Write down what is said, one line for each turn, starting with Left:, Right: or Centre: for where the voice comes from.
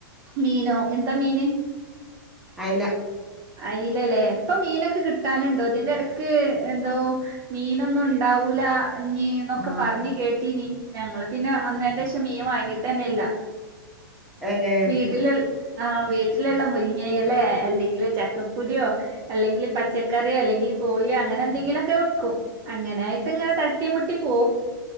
Right: മീനോ താ മീന്
Centre: അയില
Right: അയിലല്ലേ ഇപ്പ മീനൊക്കെ കിട്ടാനുണ്ടോതിന്റെ ഇടക്ക് നക് എന്തോ മീനൊന്നും ഉണ്ടാവൂല ഇീ എന്നൊക്കെ
Centre: ആഹ്
Right: പറഞ്ഞഞ് കേട്ടീന ഞങ്ങള് പിന്നെ അന്നേര ശശം മീൻ വാങ്ങിട്ട് തനല്ല
Centre: ഏഹ്
Right: വീട്ടില ആഹ് വീട്ടിലുള്ള മുരിങ്ങയ്യലെ അല്ലെങ്കില് ചക്ക പുരിയോ അല്ലെങ്കിൽ പച്ചകറിയോ അല്ലെങ്കിൽ കോഴിയോ അങ്ങനെ എന്തെങ്കിലും ഒക്കെ വെക്കും അങ്ങനെ ഇ ഇങ്ങനെ തട്ടി മുട്ടി പോൂ